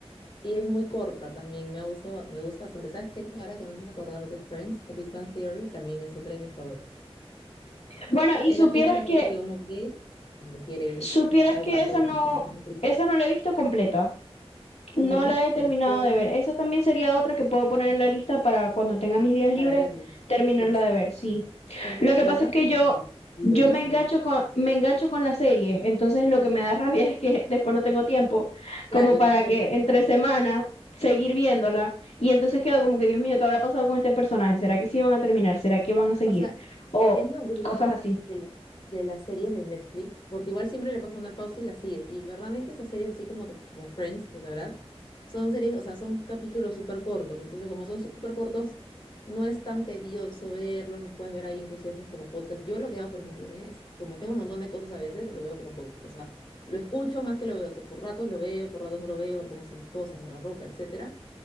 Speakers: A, on the left (about 45°); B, on the left (about 75°).
A: Y es muy corta también. Me ha gustado, me gusta bastante. ¿Sabes qué? Ahora que me haces acordar de Friends, The Big Bang Theory también es otra de mis favoritas.
B: Bueno, y
A: Es
B: supieras
A: la típica serie
B: que,
A: que uno ve cuando quiere
B: supieras
A: pasar el
B: que
A: rato
B: esa
A: y
B: no,
A: y estar triste.
B: esa no la he visto completa. No
A: No,
B: la he terminado
A: yo
B: de ver. Esa también sería otra que puedo poner en la lista para cuando tenga mis días libres
A: para verla.
B: terminarla
A: Exacto.
B: de ver, sí.
A: En,
B: Lo que
A: la
B: pasa
A: verdad
B: es que
A: en
B: yo,
A: Netflix. Y
B: yo
A: buenísima.
B: me engancho con, me engancho con la serie, entonces lo que me da <laughs> rabia es que después no tengo tiempo
A: Claro,
B: como
A: y
B: para
A: no puedes
B: que
A: verla
B: entre
A: completa.
B: semanas seguir viéndola y entonces quedo como que, Dios mío, ¿qué habrá pasado con este personaje? ¿Será que sí van a terminar? ¿Será que van a seguir?
A: O sea,
B: O
A: es lo bueno
B: cosas así.
A: de, la- de las series de Netflix, porque igual siempre le puedes poner pausa y las sigues. Y verdaderamente esas series, así como, de como Friends, que sabrás, son series, o sea, son capítulos súper cortos. Entonces, como son súper cortos, no es tan tedioso verlos, los puedes ver ahí, inclusive haces como podcast. Yo lo que hago, por ejemplo, mira, es como tengo un montón de cosas a veces, lo veo como podcast. O sea, lo escucho más que lo veo. O sea, por ratos lo veo, por ratos no lo veo, me pongo a hacer mis cosas, lavar ropa, etcétera.